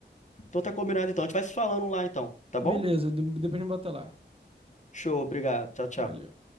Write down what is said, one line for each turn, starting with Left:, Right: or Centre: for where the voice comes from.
Left: Então tá combinado então. A gente vai se falando lá então, tá
Right: beleza,
Left: bom?
Right: de- depois me bota lá.
Left: Show, obrigado. Tchau, tchau.
Right: Valeu.